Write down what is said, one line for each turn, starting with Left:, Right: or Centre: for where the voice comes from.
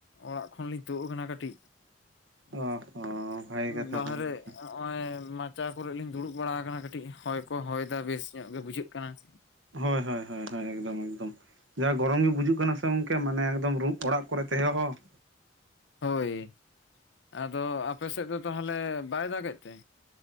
Left: ᱚᱲᱟᱜ ᱠᱷᱚᱱᱞᱤᱧ ᱛᱩᱫ ᱟᱠᱟᱱᱟ ᱠᱟᱹᱴᱤᱡ
Right: ᱚ
Left: ᱾
Right: ᱦᱚᱸ ᱵᱷᱟᱜᱮ
Left: ᱮᱜ
Right: ᱠᱟᱛᱷᱟ
Left: ᱵᱟᱦᱟᱨᱮ
Right: ᱵᱷᱟᱜᱮ ᱠᱟᱛᱷᱟ
Left: ᱚᱜ ᱱᱚᱜ ᱚᱭ ᱢᱟᱪᱟ ᱠᱚᱨᱮ ᱞᱤᱧ ᱫᱩᱲᱩᱵ ᱵᱟᱲᱟ ᱟᱠᱟᱱᱟ ᱠᱟᱹᱴᱤᱡ, ᱦᱚᱭ ᱠᱚ ᱦᱚᱭ ᱫᱟ ᱵᱮᱥ ᱧᱚᱜ ᱜᱮ ᱵᱩᱡᱷᱟᱹᱜ ᱠᱟᱱᱟ ᱾
Right: ᱦᱳᱭ ᱦᱳᱭ ᱦᱳᱭ ᱦᱳᱭ ᱮᱠᱫᱚᱢ ᱮᱠᱫᱚᱢ ᱡᱟ ᱜᱚᱨᱚᱢ ᱜᱮ ᱵᱩᱡᱩᱜ ᱠᱟᱱᱟ ᱥᱮ ᱜᱚᱝᱠᱮ ᱢᱟᱱᱮ ᱮᱠ ᱫᱚᱢ ᱚᱲᱟᱜ ᱠᱚ ᱨᱮ ᱛᱟᱦᱮᱸ ᱦᱚᱸ ᱾
Left: ᱦᱳᱭ ᱟᱫᱚ ᱟᱯᱮᱥᱮᱫ ᱫᱚ ᱛᱟᱦᱚᱞᱮ ᱵᱟᱭ ᱫᱟᱜᱮᱫ ᱛᱮ?